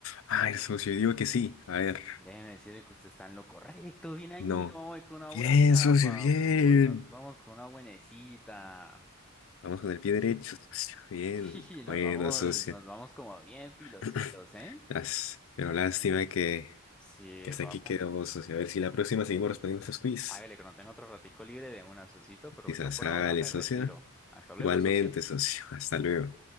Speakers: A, on the left; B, in the centre.
A: Ay, socio, yo digo que sí. A ver,
B: Déjeme decirle que usted está en lo correcto. Bien ahí,
A: no.
B: no vamos con una buena,
A: Bien, socio,
B: papu.
A: bien.
B: Nos vamos con una buenecita. <laughs>
A: Vamos con el pie derecho, socio. Bien.
B: Sí, nos
A: Bueno,
B: vamos,
A: socio.
B: nos vamos como bien pilositos,
A: <clears throat>
B: ¿eh?
A: As- Pero lástima que,
B: Sí,
A: que hasta
B: papu.
A: aquí quedó, socio. A ver si la próxima seguimos respondiendo estos quiz.
B: Hágale, que no tengo otro ratico libre de una, socito, pero
A: Quizás
B: yo por
A: sale,
B: ahora me
A: socio.
B: retiro. Hasta luego,
A: Igualmente,
B: socio.
A: socio. Hasta luego.